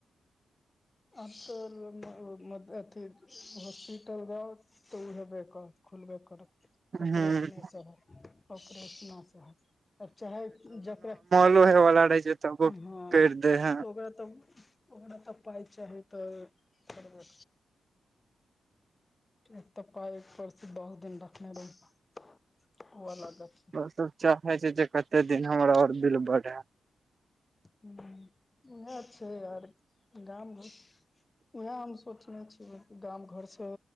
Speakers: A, on the left (about 30°); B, on the right (about 45°).
A: अतौ मे मद अथी हॉस्पिटल जाउ तऽ उ हेबै करत खुलबे करत
B: ह
A: ऑपरेशने सऽ हैत ऑपरेशनो सऽ हैत आब चाहे जकरा
B: जेहो होइ वला रहै छै तबो
A: हँ
B: करि दे है
A: ओकरा तऽ आइमे तऽ पाइ चाही तऽ करबे एक तऽ पाई ऊपर सऽ दस दिन रखने रह ओ अलग गप
B: ओ सब चाहै छै जे कते दिन हमरा आउर बिल बढ़ै
A: हुँ उहै छैय आउर गाम घर उहै हम सोचने छियै गाम घरसँ